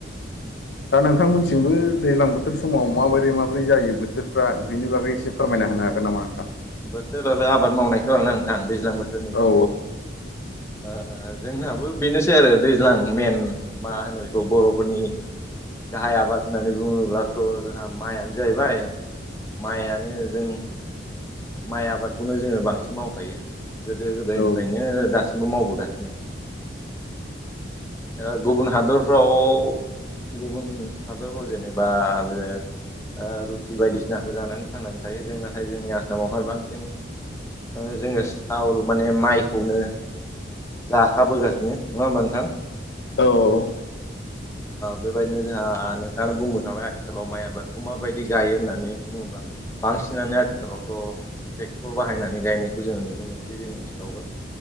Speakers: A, on the left; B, on the left.
A: <inaudible>
B: दा नोंथांमोनथिंबो दैज्लां बोथोर समाव माबोरै माबोरै जायो बोथोरफ्रा बेनि बागै एसे फोरमायना होनो हागोन नामा नोंथां
A: बोथोर आरो आबाद मावनायखौ आरो नोंथां दैज्लां बोथोरनि
B: औ
A: औ जोंनाबो बेनोसै आरो दैज्लां मेन मा होनो बेखौ बर'फोरनि गाहाय आबाद होननानै बुङोब्लाथ' जोंहा माइआनो जाहैबाय माइआनो जोंनि माइ आबादखौनो जोङो बांसिन मावखायो गोदो गोदायनिफ्रायनो
B: औ
A: दासिम बो मावबोगासिनो ओ गुबुन हादरफ्राव गुबुन हादरफोराव जेनेबा बे ओ रुटि बायदिसिनाखौ जानानै थांनानै थायो जों नाथाय जोंनि आस सामावहाय बांसिन मे जोङो सावल माने माइखौनो जाखाबोगासिनो नङा होमबा नोंथां
B: औ
A: बेबायदिनो जोंहा नोंथाङानो बुंबोखाबाय आथिखालाव माइ आबादखौ माबायदि गायो होननानै बुङोबा बांसिनानो ट्रेक्टर बाहायनानै गायनायखौ जोङो नुनो मोनसै जोंनि ओनसोलावबो